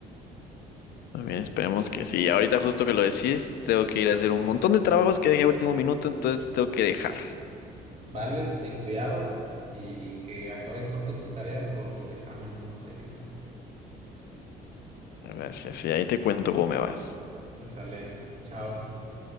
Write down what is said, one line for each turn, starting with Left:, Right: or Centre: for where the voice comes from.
Left: También esperemos que sí. Ahorita justo que lo decís, tengo que ir a hacer un montón de trabajos que dejé a último minuto, entonces tengo que dejar.
Right: Vale, sin cuidado y que acabes pronto tus tareas o tus exámenes, no sé qué sea.
Left: Gracias, y ahí te cuento cómo me va.
Right: sale, chao.